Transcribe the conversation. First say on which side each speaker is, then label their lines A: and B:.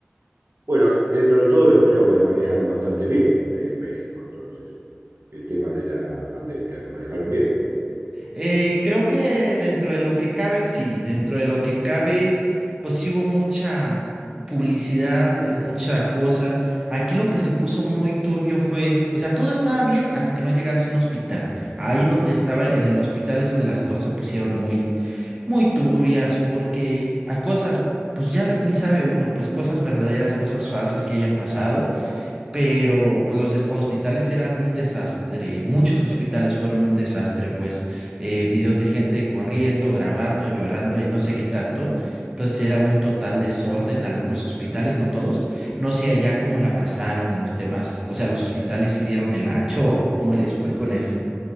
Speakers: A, on the right; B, on the right.
A: Bueno, dentro de todo lo creo que lo manejaron bastante bien eh, en México, entonces, el tema de la pandemia, lo manejaron bien.
B: Eh, creo que dentro de lo que cabe, sí, dentro de lo que cabe, pues sí hubo mucha publicidad, eh, mucha cosa. Aquí lo que se puso muy turbio fue, o sea, todo estaba bien hasta que no llegaras a un hospital. Ahí donde estaba en el hospital es donde las cosas se pusieron muy, muy turbias, porque a cosas, pues ya le- ni sabe uno, pues cosas verdaderas, cosas falsas que hayan pasado pero pues los des- hospitales eran un desastre, muchos hospitales fueron un desastre, pues eh, videos de gente corriendo, grabando, llorando y no sé qué tanto, entonces era un total desorden, algunos hospitales, no todos, no sé allá cómo la pasaron en los temas, o sea, los hospitales si dieron el ancho <laughs> o cómo les fue con eso.